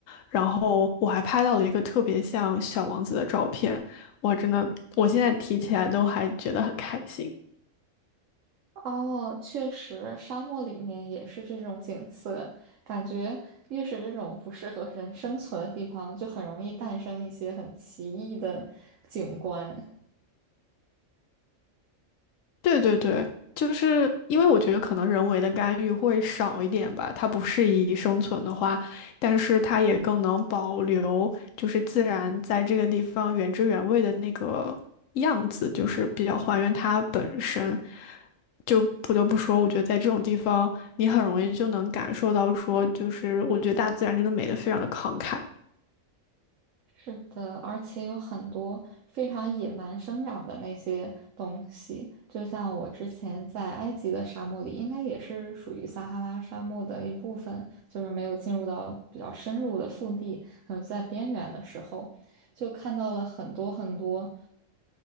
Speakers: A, on the left; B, on the right.
A: 然后我还拍到了一个特别像小王子的照片，哇，真的，我现在提起来都还觉得很开心。
B: 哦，确实，沙漠里面也是这种景色，感觉越是这种不适合人生存的地方，就很容易诞生一些很奇异的景观。
A: 对对对，就是因为我觉得可能人为的干预会少一点吧，它不适宜生存的话，但是它也更能保留就是自然在这个地方原汁原味的那个样子，就是比较还原它本身。就不得不说，我觉得在这种地方，你很容易就能感受到说，就是我觉得大自然真的美的非常的慷慨。
B: 是的，而且有很多非常野蛮生长的那些东西，就像我之前在埃及的沙漠里，应该也是属于撒哈拉沙漠的一部分，就是没有进入到比较深入的腹地，可能在边缘的时候，就看到了很多很多。